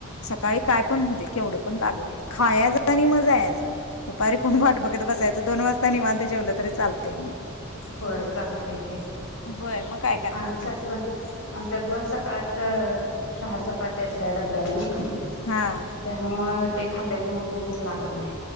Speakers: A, on the left; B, on the left.
A: सकाळी काय पण हो दे केवढं पण लागू दे खायाच आणि म जायाच दुपारी कोण वाट बघत बसायचं दोन वाजता निवांंत जेवलं तरी चालतय म
B: होय चालतय की,
A: होय मग काय करणार
B: आमच्यात
A: तर
B: पण आमच्यात पण सकाळचं चहा चपाती असत्या डब्यांना त्या
A: हा
B: मुळ ते खाल्ल की मग भूकच लागत नाय.